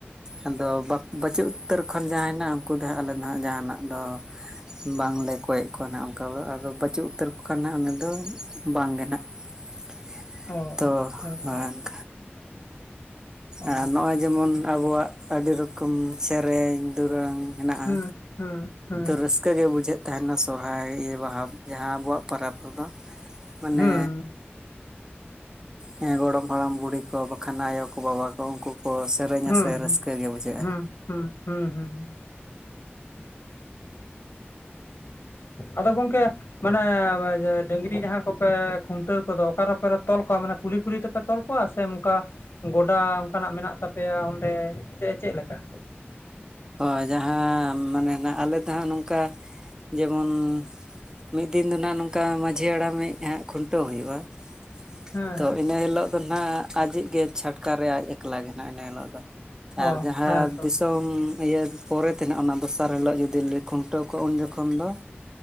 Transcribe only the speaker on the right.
ᱟᱫᱚ ᱵᱟᱠ ᱵᱟᱹᱪᱩᱜ ᱩᱛᱟᱹᱨ ᱠᱷᱚᱱ ᱡᱟᱦᱟᱸ ᱱᱟᱜ ᱩᱱᱠᱩ ᱫᱚ ᱦᱟᱸᱜ ᱟᱞᱮ ᱫᱚ ᱦᱟᱸᱜ ᱡᱟᱦᱟᱸᱱᱟᱜ ᱫᱚ ᱵᱟᱝᱞᱮ ᱠᱚᱭᱮᱜ ᱠᱚᱣᱟ ᱱᱷᱟᱜ ᱚᱝᱠᱟ ᱫᱚ ᱟᱫᱚ ᱵᱟᱹᱪᱩᱜ ᱩᱛᱟᱹᱨ ᱠᱚ ᱠᱷᱟᱱ ᱱᱷᱟᱜ ᱩᱱᱤ ᱫᱚ ᱵᱟᱝᱜᱮ ᱱᱷᱟᱜ ᱾
ᱛᱚ
<unintelligible>
ᱟᱨ ᱱᱚᱜᱼᱚᱭ ᱡᱮᱢᱚᱱ ᱟᱵᱚᱣᱟᱜ ᱟᱹᱰᱤ ᱨᱚᱠᱚᱢ ᱥᱮᱨᱮᱧ ᱫᱩᱨᱟᱹᱝ ᱦᱮᱱᱟᱜᱼᱟ
ᱛᱚ ᱨᱟᱹᱥᱠᱟᱹ ᱜᱮ ᱵᱩᱡᱷᱟᱹᱜ ᱛᱟᱦᱮᱱᱟ ᱥᱚᱦᱨᱟᱭ ᱵᱟᱦᱟ ᱡᱟᱦᱟᱸ ᱟᱵᱚᱣᱟᱜ ᱯᱟᱨᱟᱵᱽ ᱨᱮᱫᱚ ᱢᱟᱱᱮ
ᱦᱮᱸ ᱜᱚᱲᱚᱢ ᱦᱟᱲᱟᱢ ᱵᱩᱲᱦᱤ ᱠᱚ ᱵᱟᱠᱷᱟᱱ ᱟᱭᱳ ᱠᱚ ᱵᱟᱵᱟ ᱠᱚ ᱛᱚ ᱩᱝᱠᱩ ᱠᱚ ᱥᱮᱨᱮᱧᱟ
ᱥᱮ
ᱨᱟᱹᱥᱠᱟᱹ ᱜᱮ ᱵᱩᱡᱷᱟᱹᱜᱼᱟ
᱾
ᱦᱳᱭ ᱡᱟᱦᱟᱸ ᱢᱟᱱᱮ ᱱᱷᱟᱜ ᱟᱞᱮ ᱫᱚ ᱦᱟᱸᱜ ᱱᱚᱝᱠᱟ ᱡᱮᱢᱚᱱ ᱢᱤᱫ ᱫᱤᱱ ᱫᱚ ᱱᱷᱟᱜ ᱱᱚᱝᱠᱟ ᱢᱟᱺᱡᱷᱤ ᱦᱟᱲᱟᱢᱤᱡ ᱦᱟᱸᱜ ᱠᱷᱩᱱᱴᱟᱹᱣ ᱦᱩᱭᱩᱜᱼᱟ ᱾
ᱛᱚ
ᱤᱱᱟᱹ ᱦᱤᱞᱚᱜ ᱫᱚ ᱱᱷᱟᱜ ᱟᱡᱤᱡ ᱜᱮ ᱪᱷᱟᱴᱠᱟ ᱨᱮ ᱟᱡ ᱮᱠᱞᱟ ᱜᱮ ᱱᱷᱟᱜ ᱤᱱᱟᱹ ᱦᱤᱞᱚᱜ ᱫᱚ ᱾ ᱟᱨ
ᱡᱟᱦᱟᱸᱫᱤᱥ
ᱫᱚᱢ ᱤᱭᱟᱹ ᱯᱚᱨᱮ ᱛᱮ ᱱᱷᱟᱜ ᱚᱱᱟ ᱫᱚᱥᱟᱨ ᱦᱤᱞᱚᱜ ᱡᱩᱫᱤ ᱞᱮ ᱠᱷᱩᱱᱴᱟᱹᱣ ᱠᱚᱣᱟ ᱩᱱ ᱡᱚᱠᱷᱚᱱ ᱫᱚ